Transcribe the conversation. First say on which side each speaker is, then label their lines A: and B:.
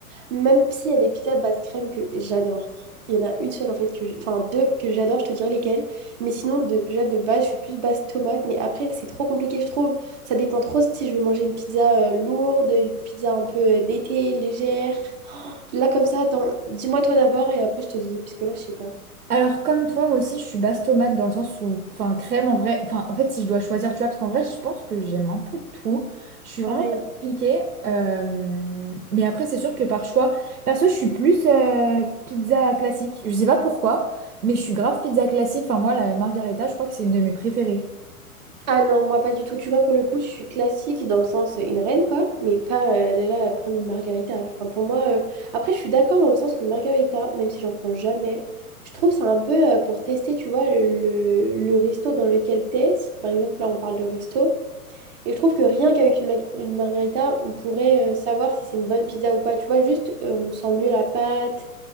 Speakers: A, on the right; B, on the right.
A: même s'il y a des pizzas base crème que j'adore. Il y en a une seule, en fait, que j'- enfin deux que j'adore, je te dirais lesquelles. Mais sinon, déjà, de base, je suis plus base tomate. Mais après, c'est trop compliqué, je trouve. Ça dépend trop si je veux manger une pizza euh, lourde, une pizza un peu euh, d'été, légère. Là, comme ça, attends, dis-moi toi d'abord et après, je te dis, puisque là, je sais pas.
B: Alors, comme toi, moi aussi, je suis basse tomate dans le sens où, enfin, crème en vrai, enfin, en fait, si je dois choisir, tu vois, parce qu'en vrai, je pense que j'aime un peu tout. Je suis vraiment
A: Pareil.
B: pas compliquée. euh, Mais après, c'est sûr que par choix, perso, je suis plus euh, pizza classique. Je sais pas pourquoi, mais je suis grave pizza classique. Enfin, moi, la margherita, je crois que c'est une de mes préférées.
A: Ah non, moi pas du tout. Tu vois, pour le coup, je suis classique dans le sens euh, une reine, quoi, mais pas euh, de là à prendre une margarita. Enfin, pour moi, euh, après, je suis d'accord dans le sens où une margarita, même si j'en prends jamais, je trouve ça un peu euh, pour tester, tu vois, le, le, le resto dans lequel t'es. Si par exemple, là, on parle de resto, et je trouve que rien qu'avec une, ma- une margarita, on pourrait euh, savoir si c'est une bonne pizza ou pas. Tu vois, juste, euh, on sent mieux la pâte,